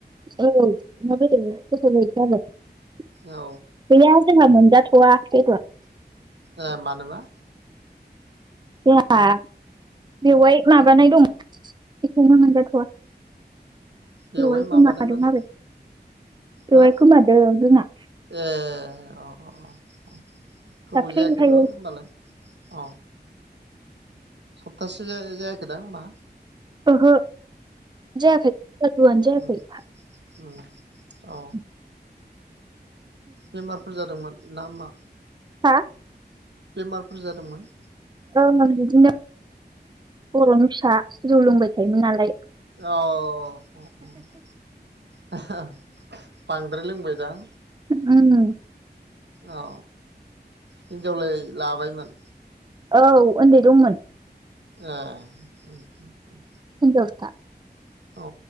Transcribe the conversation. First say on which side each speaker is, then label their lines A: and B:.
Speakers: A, on the right; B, on the right.
A: औ अमा बेदरजोंसो गोथाव जायोथ' आरो।
B: औ
A: गैया जोंहा मोनजाथ'वा बेदर।
B: ए मानोबा?
A: <unintelligible> बेवाय माबानाय दं बेखायनो मोनजाथ'वा।
B: बेवहाय
A: बेवायखौ
B: माबानाय
A: मादों
B: माने
A: आरो। बेवाय
B: हो
A: गोमादों जोंना।
B: ए अ -अ -अ -अ गोबाव
A: दाख्लैहायो
B: जायाखैथ' होमबालाय अ सप्तासे जा जायाखैदां होनबा?
A: ओहो। जायाखै सारादुआनो जायाखै
B: उम उम औ
A: <unintelligible>
B: बेमारफोर जादोंमोन ना मा?
A: हा
B: बेमारफोर जादोंमोन?
A: ओंं बिदिनो बर'नि फिसा जौ लोंबाय थायोमोन नालाय।
B: अ -अ -अ बांद्राय लोंबायदां?
A: उम
B: औ हिन्जावलाय लाबायमोन?
A: औ ओन्दै दंमोन।
B: ए उम - उम - उम
A: हिन्जावसा।
B: औ